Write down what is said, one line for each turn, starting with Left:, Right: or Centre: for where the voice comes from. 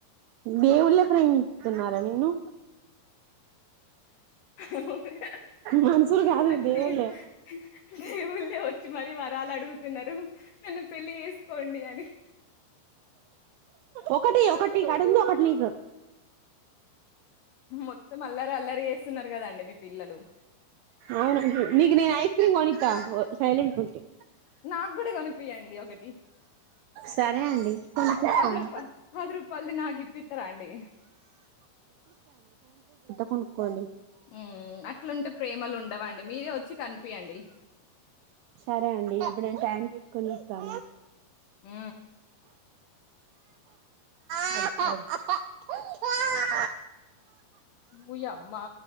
Right: దేవుళ్ళ ప్రేమిస్తున్నారాణను
Left: అవునండి.
Right: మన్సూర్కి అరు
Left: నన్ను
Right: దేవులే
Left: దేవు దేవుళ్ళే వచ్చి మరి వారళు అడుగుతున్నారు నన్ను పెళ్లి చేేసుకోండి అని
Right: ఒకటి ఒకటి కడుంద ఒకటి మీ
Left: మొత్తం అల్లరి అల్లరి చేస్తున్నారు కదండి మీ పిల్లలు
Right: అవునండి నగ నేను ఐస్ క్రీమ్ కొణితా సైలెంట్ ముంటటి
Left: నాకు కూడా కనిపిించండి ఒకటి
Right: సరే అండి కొనిపిస్తాను
Left: పది రూపాయ పది రూపాయలది నాకు ఇప్పిస్తార అండి
Right: ఫన్ కని
Left: ఉ అట్లుంటే ప్రేమలు ఉండవండి, మీరే ఒచ్చి కన్పియండి.
Right: సరే అండి, ఎప్పుడ టైం చూసుకొని ఒస్తాను.
Left: ఊ.
Right: హ అహ
Left: ఓయమ్మా